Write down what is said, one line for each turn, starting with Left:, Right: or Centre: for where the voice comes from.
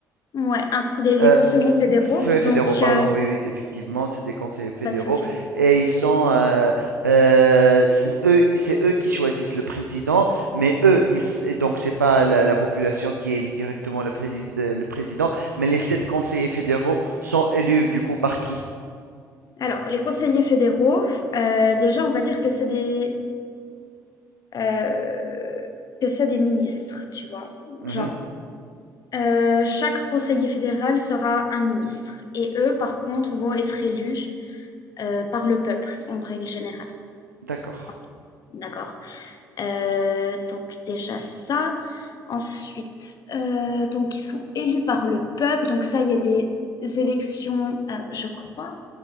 Left: Ouais, un- des, les
Right: Euh,
Left: conseillers fédéraux,
Right: F- Fédéraux,
Left: donc
Right: pardon,
Left: euh,
Right: oui, oui, effectivement, c'est des conseillers fédéraux
Left: pas de souci.
Right: et ils sont, euh, euh, c'est eux, c'est eux qui choisissent le président, mais eux, ils, s- et donc c'est pas la, la population qui élit directement le président, le président, mais les sept conseillers fédéraux sont élus du coup par qui?
Left: Alors, les conseillers fédéraux, euh, déjà, on va dire que c'est des, euh, que c'est des ministres, tu vois.
Right: Mhm,
Left: Genre, euh, chaque conseiller fédéral sera un ministre. Et eux, par contre, vont être élus euh, par le peuple, en règle générale.
Right: d'accord,
Left: Partout. D'accord? Euh, donc, déjà ça. Ensuite, euh, donc, ils sont élus par le peuple. Donc, ça, il y a des élections, euh, je crois,